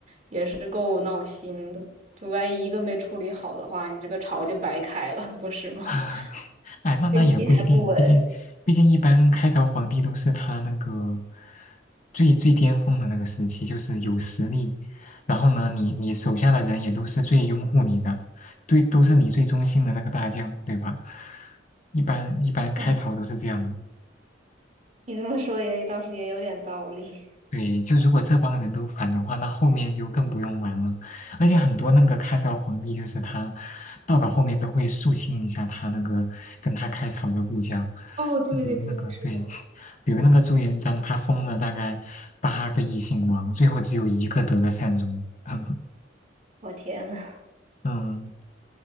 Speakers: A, on the right (about 40°); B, on the left (about 40°).
A: 也是够闹心的。就万一一个没处理好的话，你这个朝就白开了，不是吗？
B: <laughs>
A: <laughs>
B: 哎，那那也不一定，
A: 根基还不稳。
B: 毕竟毕竟一般开朝皇帝都是他那个最最巅峰的那个时期，就是有实力，然后呢，你你手下的人也都是最拥护你的，对，都是你最忠心的那个大将，对吧？一般一般开朝都是这样的。
A: 啊，你这么说也倒是也有点道理。
B: 对，就如果这帮人都反的话，那后面就更不用玩了。而且很多那个开朝皇帝，就是他到了后面都会肃清一下他那个跟他开朝的部将，
A: 哦，对对对，
B: 就比如那个对，
A: 是的。
B: 比如那个朱元璋，他封了大概八个异姓王，最后只有一个得了善终。<laughs>
A: 我天呐，
B: 嗯，